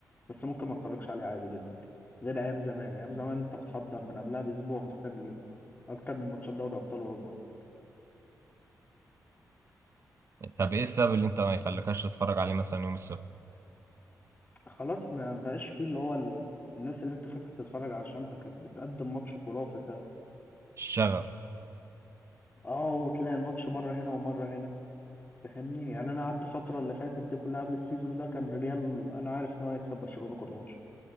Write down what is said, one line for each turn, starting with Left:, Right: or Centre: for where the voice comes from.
Left: بس ممكن ما اتفرجش عليه عادي جدا غير ايام زمان ايام زمان انت بتحضر من قبلها باسبوع مستني اليوم اكتر من ماتشات دوري ابطال اوروبا اصلا
Right: طب ايه السبب اللي انت ما يخليكش تتفرج عليه مثلا يوم السبت
Left: خلاص ما بقاش فيه اللي هو ال... الناس اللي انت فاتح تتفرج عشانها كانت بتقدم ماتش خرافي فعلا
Right: الشغف
Left: اه وتلاقي الماتش مرة هنا ومرة هنا فاهمني يعني انا قعدت الفترة اللي فاتت دي كلها قبل السيزون ده كان الريال انا عارف ان هو يكسب برشلونة كل ماتش